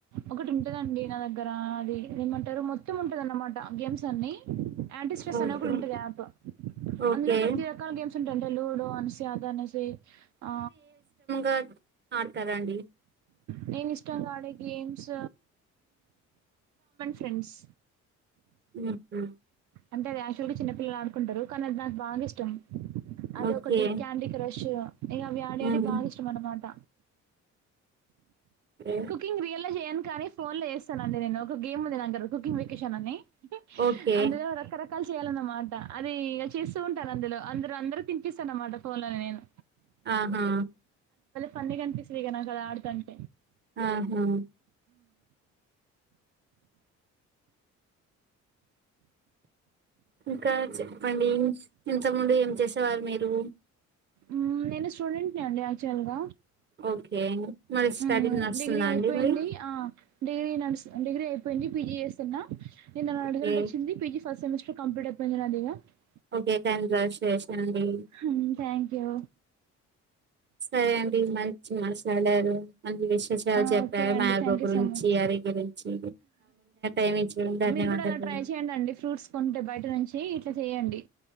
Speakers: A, on the right (about 70°); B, on the right (about 35°).
A: ఒకటి ఉంటదండి నా దగ్గర అది ఏమంటరు మొత్తం ఉంటదన్నమాట గేమ్స్ అన్ని యాంటీ స్ట్రెస్
B: ఓకే
A: అని ఒకటి ఉంటది యాప్
B: ఓకే
A: అందులో ప్రతి రకాల గేమ్స్ ఉంటయంటే లూడో ఆన్సీ అది అనేసి ఆ
B: పెన్ మార్కర్ అండి
A: నేను ఇష్టంగా ఆడే గేమ్స్ పెన్స్
B: ఉ ఉమ్
A: అంటే అది యాక్చువల్ గ చిన్న పిల్లలు ఆడుకుంటరు కానీ అది నాకు బాగ ఇష్టం అది
B: ఓకే.
A: ఒకటి క్యాండీ క్రష్ ష్ ఇగ అవ్వి అడేటి
B: హ్మ్.
A: బాగ ఇష్టమనమాట
B: ఓకే.
A: కుకింగ్ రియల్ గ చేయను కానీ ఫోన్ లో ఏస్ అండి నేను ఒక గేమ్ ఉంది నా కుకింగ్ వెకేషన్ అని
B: ఓకే.
A: అందులో రకరకాలు చేయాలన్నమాట అది ఇ చేస్తూ ఉంటారు అందులో అందరు అందరు తినిపిస్త అన్నమాట ఫోన్ లోనే నేను
B: ఆహా
A: పండుగ అనిపిస్తుంది ఇగ నాకు ఆడతాఉంటె
B: ఆహా ఇంకా చెప్పండి ఇంతకుముందు ఏం చేసేవారు మీరు
A: ఊమ్ నేను స్టూడెంట్ ని అండి యాక్చువల్ గ
B: ఓకే. మరి స్టడీ
A: నేను
B: నడుస్తుందా
A: డిగ్రీ అయిపోయింది
B: అండి మరి?
A: ఆ డిగ్రీ నడుస్ డిగ్రీ అయిపోయింది పీజీ చేస్తున్న నేను నా
B: ఓకే.
A: రిజల్ట్ వచ్చింది పీజీ ఫస్ట్ సెమిస్టర్ కంప్లీట్ అవుంది పాయిరాదువు <unintelligible>
B: ఓకే కంగ్రాట్యులేషన్ అండి
A: హ్మ్. థ్యాంక్ యూ
B: సరే అండి మం ట్లాడారు మంచి విశేషాలు
A: ఆ!
B: చెప్పారు
A: ఓకే అండి
B: మార్గో
A: థ్యాంక్ యూ
B: గురించి
A: సో మచ్
B: అరి గురించి <inaudible> ధన్యవాదాలు.
A: మీరు కూడ అల ట్రై చేయడి అండి ఫ్రూట్స్ కొంటే బయట నుంచి ఇట్ల చెయండి